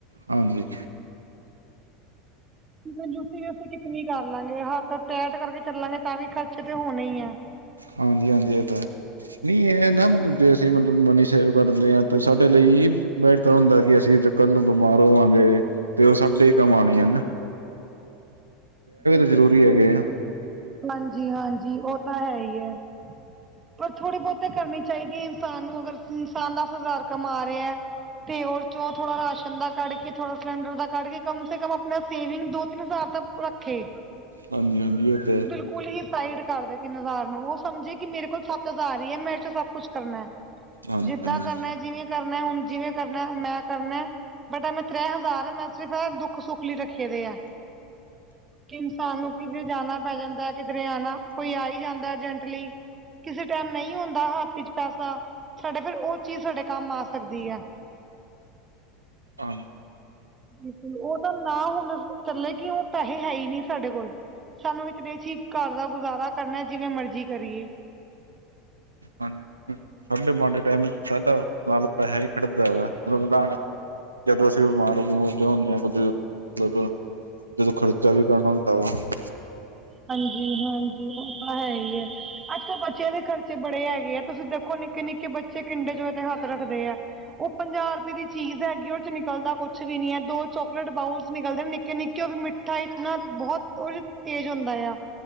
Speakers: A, on the right; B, on the right.
A: ਹਾਜੀ,
B: ਕਜੂਸੀ ਵੀ ਅਸੀਂ ਕਿਤਨੀ ਵੀ ਕਰ ਲਾਂਗੇ, ਹੱਥ ਟੈਟ ਕਰਕੇ ਚੱਲਾਂਗੇ ਤਾਂ ਵੀ ਖਰਚੇ ਤੇ ਹੋਣੇ ਹੀ ਹੈ।
A: ਹਾਂਜੀ, ਹਾਂਜੀ ਇਹ ਤਾਂ ਨਹੀਂ ਇਹ ਨਾ ਮਤਲਬ ਜੇ ਮਤਲਬ ਮਨੀ ਸੇਵ ਕਰਦੇ ਹਾਂ, ਤੇ ਸਾਡੇ ਲਈ ਬਿਹਤਰ ਹੁੰਦਾ ਕਿ ਅਸੀਂ ਕੱਲ ਨੂੰ ਬਿਮਾਰ ਹੋਵਾਂਗੇ। ਤੇ ਉਹ ਸਾਡੇ ਕਮਾਉਣੇ ਆ ਨਾ,
B: ਬਿਲਕੁਲ
A: ਜ਼ਰੂਰੀ
B: ਜੀ ਬਿਲਕੁਲ,
A: ਹੈਗੇ ਆ
B: ਹਾਂਜੀ-ਹਾਂਜੀ ਉਹ ਤਾਂ ਹੈ ਹੀ ਹੈ, ਪਰ ਥੋੜੀ ਬਹੁਤੀ ਤੇ ਕਰਨੀ ਚਾਹੀਦੀ ਹੈ, ਇਨਸਾਨ ਨੂੰ ਅਗਰ ਇਨਸਾਨ ਦਸ ਹਜ਼ਾਰ ਕਮਾ ਰਿਹਾ। ਤੇ ਉਹ ਚੋਂ ਥੋੜਾ ਰਾਸ਼ਨ ਦਾ ਕੱਢ ਕੇ ਥੋੜਾ ਸਿਲੰਡਰ ਦਾ ਕੱਢ ਕੇ, ਕਮ ਸੇ ਕਮ ਆਪਣਾ ਸੇਵਿੰਗ ਦੋ, ਤਿੰਨ ਹਜ਼ਾਰ ਤਾਂ ਓਕੇ।
A: ਹਾਂਜੀ-ਹਾਂਜੀ, ਇਹ ਤੇ ਹੈ।
B: ਕੁਲ ਹੀ ਸਾਈਡ ਕਰਦੇ ਤਿੰਨ ਹਜ਼ਾਰ ਨੂੰ, ਉਹ ਸਮਝੇ ਕਿ ਮੇਰੇ ਕੋਲ ਸੱਤ ਹਜ਼ਾਰ ਹੀ ਹੈ, ਮੈਂ ਚ ਸਭ ਕੁੱਛ ਕਰਨਾ।
A: ਹਾਂਜੀ
B: ਜਿੱਦਾਂ
A: ਹਾਂਜੀ
B: ਕਰਨਾ, ਜਿਵੇਂ ਕਰਨਾ, ਹੁਣ ਜਿਵੇਂ ਕਰਨਾ ਮੈਂ। ਕਰਨਾ ਬਟ ਐ ਮੈਂ ਤ੍ਰੈ ਹਜ਼ਾਰ ਮੈਂ ਸਿਰਫ ਦੁੱਖ-ਸੁੱਖ ਲਈ ਰੱਖੇ ਦੇ ਆ। ਕਿ ਇਨਸਾਨ ਨੂੰ ਕਿਧੇ ਜਾਣਾ ਪੈ ਜਾਂਦਾ, ਕਿਧਰੇ ਆਣਾ ਕੋਈ ਆ ਹੀ ਜਾਂਦਾ, ਅਰਜੈਂਟਲੀ ਕਿਸੇ ਟਾਈਮ ਨਹੀਂ ਹੁੰਦਾ ਹੱਥ ਵਿੱਚ ਪੈਸਾ, ਸਾਡੇ ਫਿਰ ਉਹ ਚੀਜ਼ ਸਾਡੇ ਕੰਮ ਆ ਸਕਦੀ ਹੈ।
A: ਹਾਂ,
B: ਬਿਲਕੁਲ, ਉਹ ਤਾਂ ਨਾ ਹੁਣ ਚੱਲੇ, ਕਿ ਉਹ ਪੈਸੇ ਹੈ ਹੀ ਨਹੀ ਸਾਡੇ ਕੋਲ ਸਾਨੂੰ ਜੀ ਤੇ ਘਰ ਦਾ ਗੁਜ਼ਾਰਾ ਕਰਨਾ ਜਿਵੇਂ ਮਰਜੀ ਕਰੀਏ।
A: ਹਾਂਜੀ, ਸਾਡੇ ਮਾੜੇ ਟਾਈਮ ਚ ਸਾਡਾ ਨਾਲ ਪੈਸਾ ਹੀ ਖੜਦਾ ਵਾ, ਮਤਲਬ ਨਾਲ ਜਦੋਂ ਅਸੀਂ ਬਿਮਾਰ ਬਮੂਰ ਜਾ ਹੁੰਦੇ ਆ ਕੁੱਝ ਮਤਲਬ ਜਦੋਂ ਖਰਚਾ ਵੀ ਕਰਨਾ <unintelligible>
B: ਹਾਂਜੀ-ਹਾਂਜੀ, ਉਹ ਤਾਂ ਹੈਈ ਐ। ਅੱਜਕਲ ਬੱਚਿਆਂ ਦੇ ਖਰਚੇ ਬੜੇ ਹੈਗੇ ਆ। ਤੁਸੀਂ ਦੇਖੋ ਨਿੱੱਕੇ-ਨਿੱੱਕੇ ਬੱਚੇ ਕਿਡਾ ਜੋਏ ਤੇ ਹੱਥ ਰੱਖਦੇ ਆ। ਉਹ ਪੰਜਾਹ ਰੁਪਏ ਦੀ ਚੀਜ਼ ਹੈਗੀ। ਉਹ ਚ ਨਿਕਲਦਾ ਕੁਛ ਵੀ ਨੀ ਐ। ਦੋ ਚੋਕਲੇਟ ਬਾਊਲਸ ਨਿਕਲਦੇ, ਨਿੱੱਕੇ-ਨਿੱੱਕੇ ਉਹ ਵੀ ਮਿੱਠਾ ਇਤਨਾ ਬਹੁਤ ਉਹ ਤੇਜ਼ ਹੁੰਦਾ ਆ,